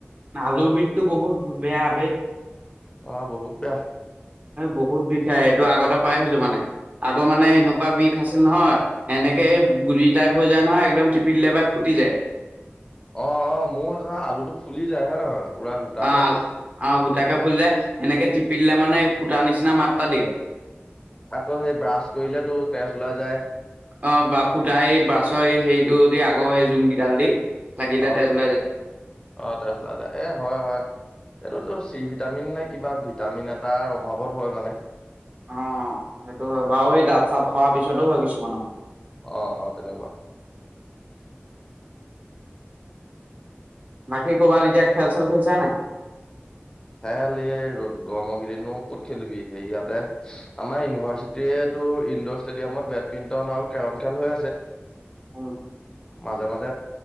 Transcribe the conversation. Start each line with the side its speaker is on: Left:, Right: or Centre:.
Right: আলু বিষটো বহুত বেয়া ব
Left: অ বহুত বেয়া।
Right: বহুত বিষে এইটো আগতে পাই থৈছো মানে, আগৰ মানে এনেকুৱা বিষ আছিল নহয় এনেকে গুটি টাইপ হৈ যায় নহয় একদম টিপি দিলে বা ফুটি যায়
Left: অ অ মোৰ আলুটো ফুলি যায় হয় নহয়? পুৰা গোটাকে
Right: অ আৰু গোটাকৈ। খুল যায় এনেকে টিপি দিলে মানে এই ফুটা নিচিনা মাতটা দিয়ে।
Left: আকৌ সেই ব্ৰাছ কৰিলে তো তেজ ওলাই যায়।
Right: অ বা ফুটাই বাছৰ সেইটো দি আগৰ সেই জুংকেইডাল দি লাগিলে
Left: অ
Right: তেজ ওলাই যায়।
Left: অ তেছ ওলাই যায়, এ হয় হয় এইটোতো ছি ভিটামিন নে কিবা ভিটামিন এটাৰ অভাৱত হয় মানে।
Right: অ সেইটো হয় বাৰু আৰু এই দাঁত চাত খোৱাৰ পিছতো হয় কিছুমানৰ
Left: অ অ তেনেকুৱা
Right: বাকী কৰবাত খেল চেল খেলিছা নাই?
Left: খেল এই ৰ'দ গৰমৰ কেইদিনো কত খেলিবি সেই ইয়াতে আমাৰ ইউনিভাৰ্চিটি টো ইনডৰ ষ্টেডিয়ামত বেডমিন্টন আৰু কেৰম খেল হৈ আছে।
Right: হয় <unintelligible>
Left: মাজে মাজে